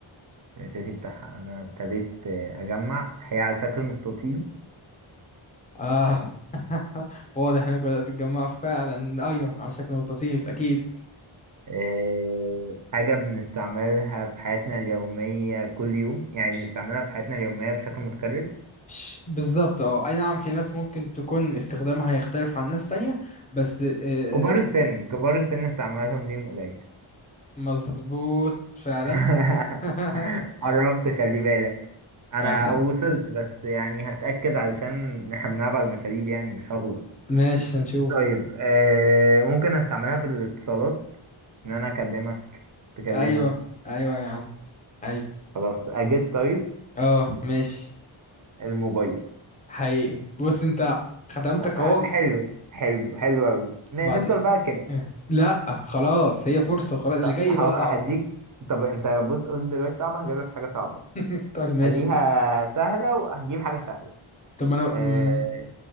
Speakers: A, on the right; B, on the left.
A: الأساسي بتاعها أنا ابتديت آه، أجمع هي على شكل مستطيل
B: اه <laughs> واضح انك بدات تتجمع فعلا ايوه على شكل مستطيل اكيد
A: آه، حاجة بنستعملها في حياتنا اليومية كل يوم يعني
B: ش-
A: بنستعملها في حياتنا اليومية بشكل متكرر
B: ش- بالظبط اه اي نعم في ناس ممكن تكون استخدامها هيختلف عن ناس تانية بس آه، آه،
A: كبار السن كبار السن استعمالهم ليهم قليل
B: مظبوط فعلا
A: <laughs>
B: <laughs>
A: قربت خلي بالك انا
B: ما إحنا-
A: وصلت بس يعني هتأكد علشان احنا بنلعب على المشاريب يعني مش هغلط
B: ماشي هنشوف
A: طيب آه ممكن استعملها في الاتصالات ان انا اكلمك تكلمني
B: ايوه ايوه يا عم ايوه
A: خلاص اجس طيب
B: اه ماشي
A: الموبايل
B: حقيقي بص انت خدمتك
A: آه، آه،
B: اهو
A: حلو حلو حلو قوي نفضل
B: بعد إيه.
A: بقى كده
B: لا خلاص هي فرصة وخلاص اللي
A: طب
B: جاي
A: هو-
B: بقى
A: هديك
B: صعب
A: طب انت بص قلت دلوقتي صعبة هجيب لك حاجة صعبة
B: <laughs> طيب ماشي
A: خليها سهلة وهجيب حاجة سهلة
B: طب ما انا
A: آه
B: مم،